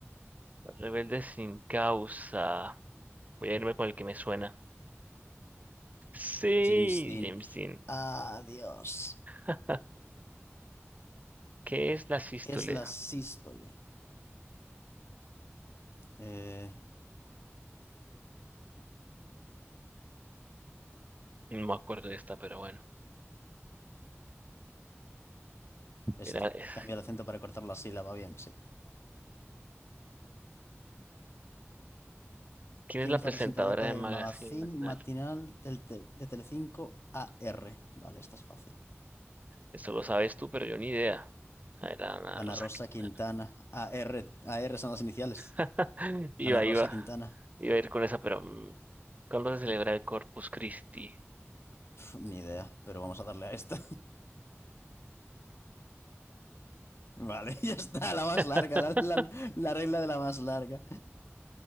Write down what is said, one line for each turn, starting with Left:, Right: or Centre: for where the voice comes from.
Right: Rebelde sin causa. Voy a irme con el que me suena. Sí,
Left: James Dean.
Right: James Dean.
Left: Adiós.
Right: <laughs> ¿Qué es la sístole?
Left: ¿Qué es la sístole? Eh,
Right: No me acuerdo de esta, pero bueno.
Left: esta.
Right: Era, es-
Left: Cambia el acento para cortar la sílaba bien, sí.
Right: ¿quién
Left: quien
Right: es la
Left: es
Right: presentadora
Left: la presentadora
Right: de
Left: del
Right: Magazine
Left: magazine
Right: Matinal?
Left: matinal del tel- de Telecinco AR. Vale, esta es fácil.
Right: Eso lo sabes tú, pero yo ni idea. Ah, Era Ana
Left: Ana
Right: Rosa
Left: Rosa
Right: Quintana.
Left: Quintana. AR, AR son las iniciales.
Right: <laughs>
Left: Ana
Right: Iba,
Left: Rosa
Right: iba.
Left: Quintana.
Right: Iba a ir con esa, pero mm, ¿cuándo se celebra el Corpus Christi?
Left: Uf, ni idea, pero vamos a darle a esta. <laughs> Vale, <laughs> ya está, la más
Right: <laughs>
Left: larga, la, la- la regla de la más larga.